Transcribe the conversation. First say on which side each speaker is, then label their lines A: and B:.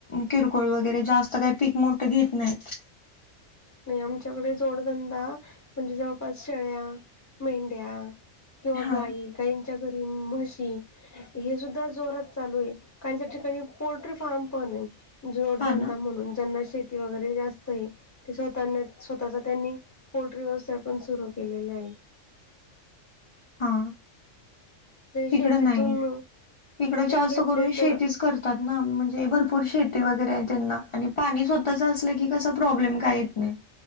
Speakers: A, on the left (about 45°); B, on the left (about 15°).
A: किरकोळ वगैरे जास्त काही पीक मोठं घेत नाहीत.
B: नाही आमच्याकडे जोडधंदा म्हणजे जवळपास शेळ्या, मेंढ्या. किंवा
A: हा
B: गाई काही च्या घरी म्हशी. हे सुद्धा जोरात चालू आहे काहीच्या ठिकाणी पोल्ट्री फार्म पण आहे. जोडधंदा
A: हा ना
B: म्हणून ज्यांना शेती वगैरे जास्त हाय. ते स्वतः स्वतःचा त्यांनी पोल्ट्री व्यवसाय पण सुरू केलेला आहे.
A: हा.
B: ते शेतीतून
A: तिकडं नाही तिकडं
B: तिथून
A: जास्त
B: घेतले
A: करून
B: तर
A: शेतीच कर होतात ना म्हणजे भरपूर शेती वगैरे आहे त्यांना आणि पाणी स्वतःच असलं की कस प्रॉब्लेम काय येत नाही